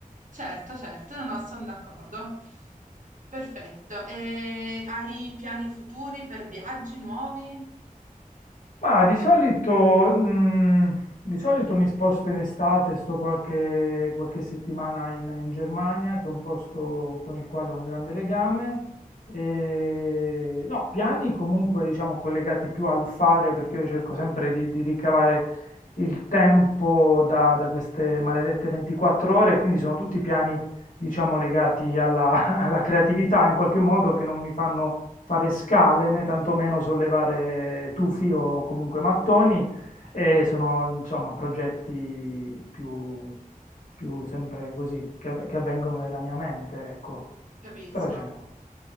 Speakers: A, on the right (about 60°); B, on the left (about 65°).
A: certo, certo, no, no, sono d'accordo. Perfetto. E hai piani futuri per viaggi nuovi?
B: Ma di solito, mm, di solito mi sposto in estate, sto qualche, qualche settimana in, in Germania, che è un posto con il quale ho un grande legame. E, no, piani comunque diciamo collegati più al fare, perché io cerco sempre di, di ricavare il tempo da, da queste maledette 24 ore, quindi sono tutti piani diciamo legati alla <laughs> alla creatività in qualche modo che non mi fanno fare scale né tantomeno sollevare tufi o comunque mattoni e sono insomma progetti più, più sempre così che, av- che avvengono nella mia mente, ecco.
A: Capisco.
B: Però ce ne ho.